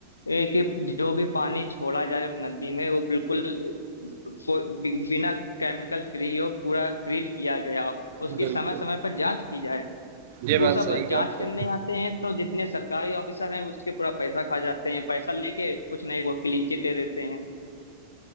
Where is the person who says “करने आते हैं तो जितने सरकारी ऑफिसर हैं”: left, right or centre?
Left